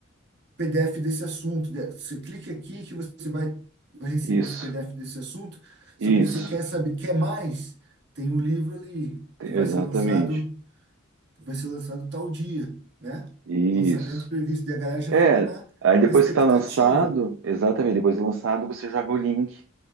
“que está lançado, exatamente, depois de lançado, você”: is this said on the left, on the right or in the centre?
Right